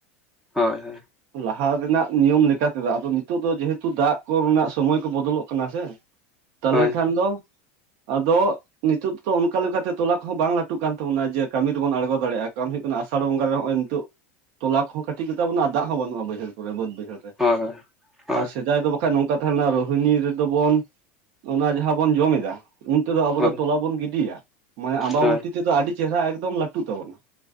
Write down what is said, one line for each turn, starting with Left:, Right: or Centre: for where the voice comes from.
Centre: ᱦᱳᱭ ᱦᱳᱭ
Right: ᱞᱟᱦᱟ ᱨᱮᱱᱟᱜ ᱱᱤᱭᱚᱢ ᱞᱮᱠᱟᱛᱮᱫᱚ ᱟᱫᱚ ᱱᱤᱛᱚᱜ ᱫᱚ ᱡᱮᱦᱮᱛᱩ ᱫᱟᱜ ᱠᱚᱨᱮᱱᱟᱜ ᱥᱚᱢᱚᱭ ᱠᱚ ᱵᱚᱫᱚᱞᱚᱜ ᱠᱟᱱᱟ ᱥᱮ ᱛᱟᱞᱮ
Centre: ᱦᱳᱭ
Right: ᱠᱷᱟᱱ ᱫᱚ ᱟᱫᱚ ᱱᱤᱛᱳᱜ ᱫᱚᱚ ᱚᱱᱠᱟᱠᱟ ᱞᱮᱠᱟᱛᱮ ᱛᱚᱞᱟ ᱠᱚᱦᱚᱸ ᱵᱟᱝ ᱞᱟᱹᱴᱩᱜ ᱠᱟᱱ ᱛᱟᱵᱚᱱᱟ ᱡᱮ ᱠᱟᱹᱢᱤ ᱨᱮᱵᱚᱱ ᱟᱬᱜᱚ ᱫᱟᱲᱮᱭᱟᱜᱼᱟ ᱠᱟᱨ ᱠᱟᱱᱟ ᱟᱥᱟᱲ ᱵᱚᱸᱜᱟ ᱨᱮ ᱱᱚᱜᱚᱭ ᱱᱤᱛᱚᱜ ᱛᱚᱞᱟ ᱠᱚᱦᱚ ᱠᱟᱹᱴᱤᱡ ᱜᱮᱛᱟ ᱵᱚᱱᱟ ᱫᱟᱜ ᱦᱚᱸ ᱵᱟᱹᱱᱩᱜᱼᱟ ᱵᱟᱹᱭᱦᱟᱹᱲ ᱠᱚᱨᱮ ᱵᱟᱹᱫ ᱵᱟᱹᱭᱦᱟᱹᱲ
Centre: ᱦᱳᱭ ᱦᱳᱭ ᱦᱳᱭ
Right: ᱟᱨ ᱥᱮᱫᱟᱭ ᱫᱚ ᱵᱟᱝ ᱵᱟᱠᱷᱟ ᱱᱚᱝᱠᱟ ᱛᱟᱦᱮᱸ ᱞᱮᱱᱟ ᱨᱳᱦᱤᱱᱤ ᱨᱮᱫᱚ ᱵᱚᱱ ᱚᱱᱟ ᱡᱟᱦᱟᱸ ᱵᱚᱱ ᱡᱚᱢ ᱮᱫᱟ ᱩᱱ ᱛᱮᱫᱚ ᱟᱵᱚ
Centre: ᱦᱳᱭ
Right: ᱛᱚᱞᱟ ᱵᱚᱱ ᱜᱤᱰᱤᱭᱟ ᱢᱟᱱᱮ ᱟᱢᱵᱟᱵᱟᱹᱚᱛᱤ
Centre: ᱦᱳᱭ
Right: ᱛᱮᱫᱚ ᱟᱹᱰᱤ ᱪᱮᱦᱨᱟ ᱮᱠᱫᱚᱢ ᱞᱟᱹᱴᱩᱜ ᱛᱟᱵᱚᱱᱟ